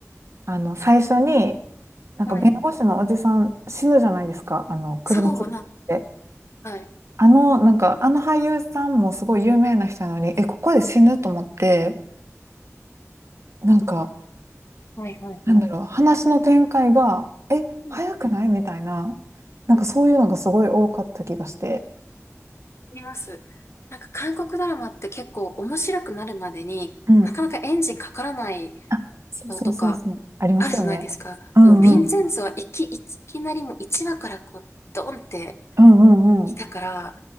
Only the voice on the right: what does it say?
あの、最初に、なんか弁護士のおじさん死ぬじゃないですか。
あの、車突っ込んで。
あの、なんか、あの俳優さんもすごい有名な人なのに、え、ここで死ぬと思って、なんか、
なんだろう、話の展開が、え、早くないみたいな、
なんかそういうのがすごい多かった気がして。
うん。あ、そうそうそうそう。
ありますよね。
うんうん。
うんうんうん。